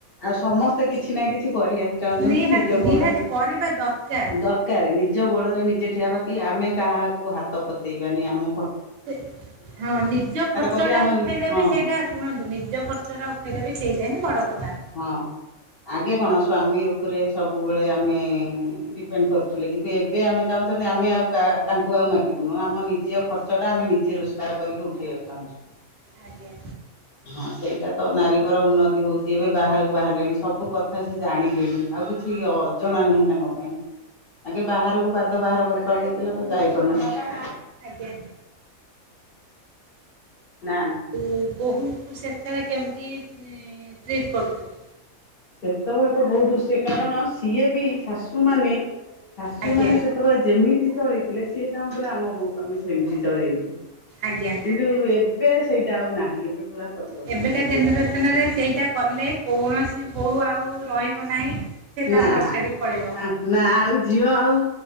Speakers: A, on the left (about 45°); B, on the right (about 60°).
A: ଆଉ ସମସ୍ତେ କିଛି ନା କିଛି କରିବାକୁ ଚାହୁଁଚନ୍ତି।
B: ନିହାତି
A: ନିଜ ଗୋଡ଼ରେ
B: ନିହାତି କରିବା ଦରକାର
A: ଦର୍ କାରେ ନିଜ ଗୋଡ଼ରେ ନିଜେ ଠିଆହବା କି ଆମେ କାହାକୁ ହାତ ପତେଇବାନି ଆମୁ
B: ସେ ହଁ ନିଜ ଖର୍ଚ୍ଚଟା
A: କରି ଆମ
B: ଉଠେଇଲେ
A: ହଁ
B: ବି ସେଇଟା ଶୁଣନ୍ତୁ, ନିଜ ଖର୍ଚ୍ଚଟା ଉଠାଇଲେ ବି ସେଇଟା ହିଁ ବଡ଼ କଥା।
A: ହଁ, ଆଗେ କଣ ସ୍ଵାମୀ ଓପରେ ସବୁବେଳେ ଆମେ ଡିପେଣ୍ଡ୍ କରୁଥୁଲେ କିନ୍ତୁ ଏବେ ଆମେ ଚାହୁଁଛନ୍ତି ଆମେ ଆଉ କାହା ତାଙ୍କୁ ଆଉ ମାଗିବୁନି ଆମ ନିଜ ଖର୍ ଚଟା ଆମେ ନିଜେ ରୋଜଗାର କରିକି ଉଠେଇବାକୁ ଚାହୁଁଚୁ।
B: ଆଜ୍ଞା
A: ହଁ, ସେଇଟା ତ ନାରୀଙ୍କର ଉନ୍ନତି ହୋଉ ତି ଏବେ ବାହାରୁକୁ ବାହାରିଲେଣି, ସବୁ କଥା ସେ ଜାଣିଲେଣି ଆଉ କିଛି ଅଜଣା ନୁହେଁ ତାଙ୍କ ପାଇଁ। ଆଗେ ବାହାରୁକୁ ପାଦ ବାହାର କରିପାରୁନଥୁଲେ ତ ଯାଇ ପାରୁନଥୁଲେ।
B: ଆଜ୍ଞା।
A: ନାଁ ନାଁ।
B: ଉ ବୋହୂକୁ ସେତେଳେ କେମିତି ଇଁ ଟ୍ରିଟ୍ କରୁଥୁଲେ?
A: ସେତେବେଳେ ତ ବୋହୁତ ସିଏ କଣ ସିଏ ବି ଶାଶୁମାନେ ଶାଶୁମାନେ
B: ଆଜ୍ଞା
A: ସେ ଏବେ ଯେମିତି ଚଳେଇଥିଲେ ସିଏ ଚାହୁଁଥୁଲେ ଆମ ବୋହୂକୁ ଆମେ ସେମିତି ଚଳେଇବୁ।
B: ଆଜ୍ଞା।
A: କିନ୍ତୁ ଏବେ ସେଇଟା ଆଉ ନାହିଁ ଏବେ ପୁରା ପରିବର୍ତ୍ତନ
B: ଏବେକା
A: ହେଇସାରିଲାଣି
B: ଜେନେରେସନ୍ ରେ ସେଇଟା କଲେ କୌଣସି ବୋହୂ ଆଉ ରହିବ ନାହିଁ। ସେ ତାର
A: ନାଁ
B: ଘର ଛାଡିକି ପଳେଇବ
A: ଆଁ ନାଁ ଆଉ ଝିଅ ଆଉ